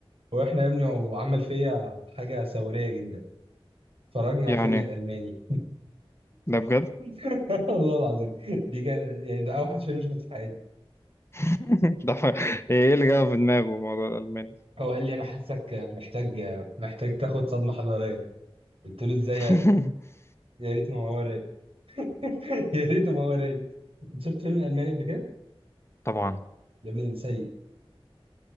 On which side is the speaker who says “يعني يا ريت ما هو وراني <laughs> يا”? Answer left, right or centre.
Right